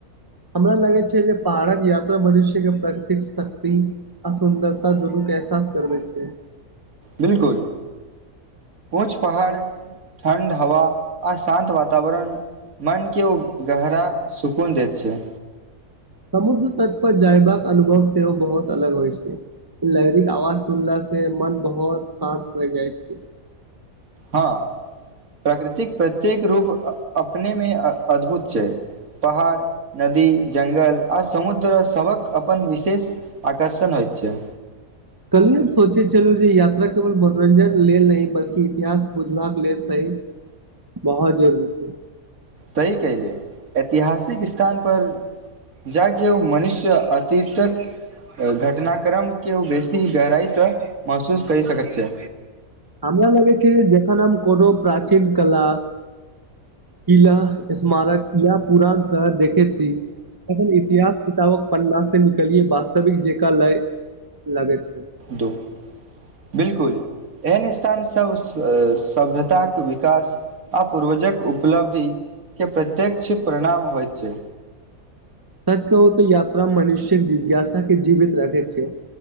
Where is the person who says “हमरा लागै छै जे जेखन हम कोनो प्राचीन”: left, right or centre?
Right